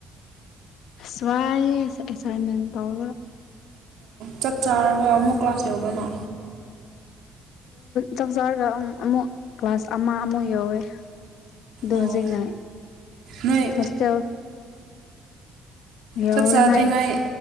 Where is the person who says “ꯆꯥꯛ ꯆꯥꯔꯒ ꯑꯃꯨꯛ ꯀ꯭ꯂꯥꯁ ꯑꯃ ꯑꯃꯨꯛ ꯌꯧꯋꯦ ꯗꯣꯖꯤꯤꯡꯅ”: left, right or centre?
Left